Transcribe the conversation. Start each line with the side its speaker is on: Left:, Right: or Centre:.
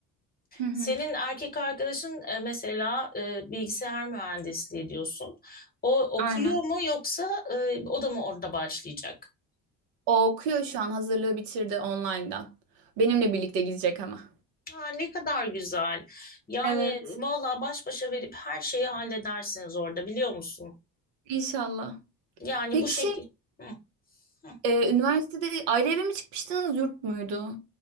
Right: Hı hı.
Left: Senin erkek arkadaşın e, mesela e, bilgisayar mühendisliği diyorsun. O okuyor
Right: Aynen.
Left: mu yoksa e, o da mı orada başlayacak?
Right: O okuyor şu an hazırlığı bitirdi online'dan. Benimle birlikte gidecek ama.
Left: Ha, ne kadar güzel. Yani
Right: Evet.
Left: vallahi baş başa verip her şeyi halledersiniz orada biliyor musun?
Right: İnşallah.
Left: Yani
Right: Peki
Left: bu şekil.
Right: şey
Left: Hı, hı.
Right: e, üniversitede ayrı eve mi çıkmıştınız yurt muydu?